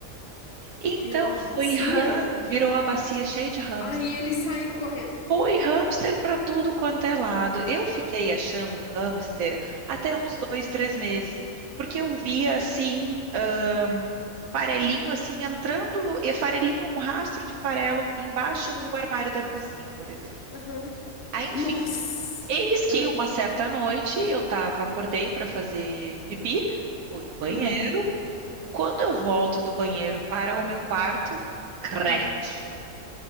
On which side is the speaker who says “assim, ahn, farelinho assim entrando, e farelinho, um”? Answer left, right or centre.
Right